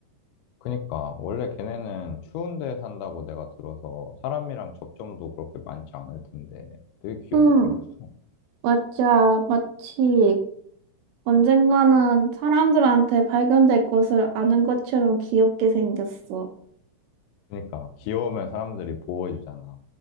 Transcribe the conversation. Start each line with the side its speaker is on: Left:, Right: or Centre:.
Left: 그니까, 원래 걔네는 추운 데 산다고 내가 들어서 사람이랑 접점도 그렇게 많지 않을 텐데 되게 귀엽게
Right: 응,
Left: 생겼어.
Right: 맞아. 마치 언젠가는 사람들한테 발견될 것을 아는 것처럼 귀엽게 생겼어.
Left: 그니까, 귀여우면 사람들이 보호해주잖아.